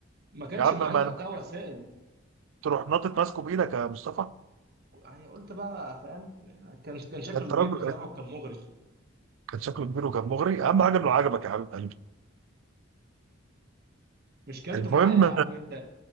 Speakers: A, on the right; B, on the right.
A: ما كانش
B: يا عم
A: معانا
B: ما
A: وقتها
B: أنا-
A: وسائل
B: تروح ناطط ماسكه بايدك يا مصطفى
A: يعني قلت بقى فاهم كان كان شكله
B: ده انت
A: كبير
B: راجل
A: بصراحه وكان مغري
B: كان شكله كبير وكان مغري اهم حاجه انه عجبك يا حبيب قلبي
A: مش كلته
B: المهم
A: معايا يا عم انت